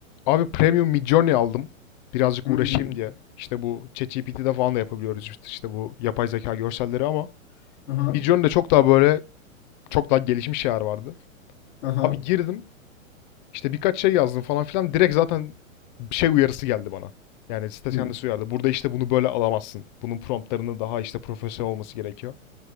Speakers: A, on the left; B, on the left.
A: Abi Premium Midjourney aldım. Birazcık
B: Hı
A: uğraşayım
B: hı.
A: diye. İşte bu ChatGPT'de falan da yapabiliyoruz işte, işte bu yapay zeka görselleri ama
B: Aha.
A: Midjourney'de çok daha böyle çok daha gelişmiş şeyler vardı.
B: Aha.
A: Abi girdim işte birkaç şey yazdım falan filan direkt zaten bir şey uyarısı geldi bana. Yani site kendisi
B: Hı.
A: uyardı. Burada işte bunu böyle alamazsın. Bunun promptlarını daha işte profesyonel olması gerekiyor.